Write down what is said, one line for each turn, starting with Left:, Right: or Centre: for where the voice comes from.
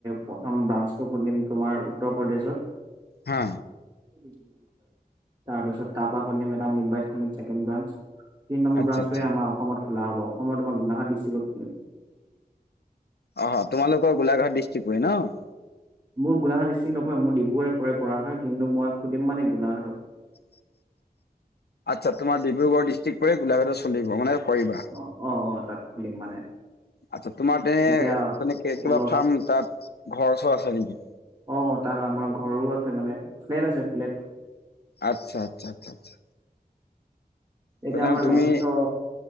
Right: প্ৰথম ব্ৰাঞ্চটো খুলিম তোমাৰ উত্তৰ প্ৰদেশত।
Left: হা
Right: <inaudible> তাৰপাছত তাৰপৰা খুলিম এটা মুম্বাইত খুলিম ছেকেণ্ড ব্ৰাঞ্চ। তিন নম্বৰ
Left: আচ্ছা
Right: ব্ৰাঞ্চটো
Left: আচ্ছা
Right: আমাৰ অসমত খোলা হ'ব। অসমত তোমাৰ গোলাঘাট ডিষ্ট্ৰিক্টত খুলিম।
Left: অ', তোমালোকৰ গোলাঘাট ডিষ্ট্ৰিক্ট হয় ন'।
Right: মোৰ গোলাঘাট ডিষ্ট্ৰিক্ট নপৰে, মোৰ ডিব্ৰুগড় পৰে পৰাশা কিন্তু মই খুলিম মানে গোলাঘাটত।
Left: আচ্ছা, তোমাৰ ডিব্ৰুগড় ডিষ্ট্ৰিক্ট পৰে, গোলাঘাটৰ চলিব, মানে কৰিবা
Right: অ', অ', অ ', তাত খুলিম মানে
Left: আচ্ছা, তোমাৰ তে
Right: এতিয়া
Left: তেনেকে কিবা
Right: অলপ
Left: ফাৰ্ম, তাত ঘৰ চৰ আছে নেকি?
Right: অ', অ', তাত আমাৰ ঘৰো আছে, মানে ফ্লেট আছে, ফ্লেট।
Left: আচ্ছা, আচ্ছা, আচ্ছা, আচ্ছা
Right: এতিয়া
Left: তেনেহ'লে
Right: আমাৰ
Left: তুমি
Right: লাইচেন্ঞ্চৰ